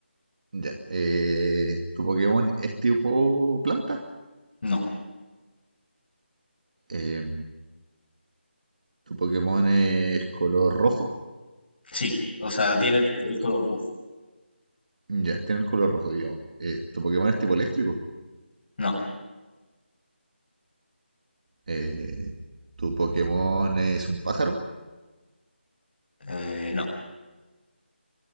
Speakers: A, on the right (about 45°); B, on the left (about 50°).
A: Ya. Eh, ¿tu Pokémon es tipo planta?
B: No,
A: Eh, ¿tu Pokémon es color rojo?
B: sí. O sea, tiene el, el color rojo.
A: Ya, tiene el color rojo, digamos. Eh, ¿tu Pokémon es tipo eléctrico?
B: No,
A: Eh, ¿tu Pokémon es un pájaro?
B: eh, no,